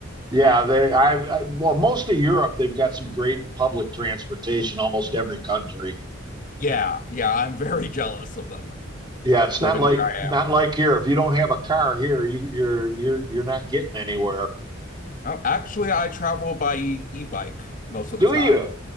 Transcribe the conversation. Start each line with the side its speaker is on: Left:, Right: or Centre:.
Right: yeah they I, I well most of Europe they've got some great public transportation. Almost every country.
Left: Yeah, yeah, I'm very <laughs> jealous of them
Right: Yeah, it's
Left: living
Right: not like
Left: where I
Right: not
Left: am.
Right: like here. If you don't have a car here, you you're you're you're not getting anywhere.
Left: Oh, actually, I travel by e- e-bike most of
Right: Do
Left: the time.
Right: you?